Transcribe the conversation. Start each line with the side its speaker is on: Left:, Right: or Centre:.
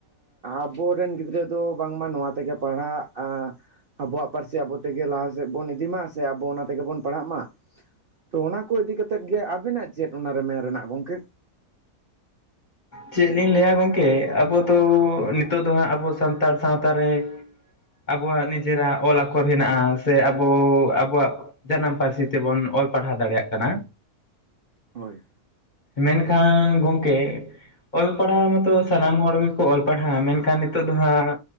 Right: ᱟᱵᱚᱨᱮᱱ ᱜᱤᱫᱽᱨᱟᱹ ᱫᱚ ᱵᱟᱝᱢᱟ ᱱᱚᱶᱟ ᱛᱮᱜᱮ ᱯᱟᱲᱦᱟᱜ ᱟᱵᱚᱣᱟᱜ ᱯᱟᱹᱨᱥᱤ ᱟᱵᱚ ᱛᱮᱜᱮ ᱞᱟᱦᱟᱥᱮᱫ ᱵᱩᱱ ᱤᱫᱤ ᱢᱟ ᱥᱮ ᱟᱵᱤ ᱚᱱᱟ ᱛᱮᱜᱮ ᱵᱩᱱ ᱯᱟᱲᱦᱟᱜ ᱢᱟ, ᱛᱚ ᱚᱱᱟ ᱠᱚ ᱤᱫᱤ ᱠᱟᱛᱮᱫ ᱜᱮ ᱟᱵᱮᱱᱟᱜ ᱪᱮᱫ ᱚᱱᱟᱨᱮ ᱢᱮᱱ ᱨᱮᱱᱟᱜ ᱜᱚᱢᱠᱮ? <inaudible>
Left: ᱪᱮᱫ ᱞᱤᱧ ᱞᱟᱹᱭᱟ ᱜᱚᱢᱠᱮ ᱟᱵᱩᱫᱚ ᱱᱤᱛᱚᱜ ᱫᱚ ᱦᱟᱸᱜ ᱟᱵᱩ ᱥᱟᱱᱛᱟᱲ ᱥᱟᱶᱛᱟᱨᱮ ᱟᱵᱚᱣᱟᱜ ᱱᱤᱡᱮᱨᱟᱜ ᱚᱞ ᱟᱠᱷᱚᱨ ᱦᱮᱱᱟᱜ-ᱟ ᱥᱮ ᱟᱵᱚ ᱟᱵᱚᱣᱟᱜ ᱡᱟᱱᱟᱢ ᱯᱟᱨᱥᱤ ᱛᱮᱵᱚᱱ ᱚᱞ ᱯᱟᱲᱦᱟᱣ ᱫᱟᱲᱮᱭᱟᱜ ᱠᱟᱱᱟ
Right: ᱦᱳᱭ
Left: ᱢᱮᱱ ᱠᱷᱟᱱ ᱜᱚᱝᱠᱮ ᱚᱞ ᱯᱟᱲᱦᱟᱣ ᱢᱟᱛᱚ ᱥᱟᱱᱟᱢ ᱦᱚᱲ ᱜᱮᱠᱚ ᱚᱞ ᱯᱟᱲᱦᱟᱜ, ᱢᱮᱱᱠᱷᱟᱱ ᱱᱤᱛᱚᱜ ᱫᱚ ᱦᱟᱸᱜ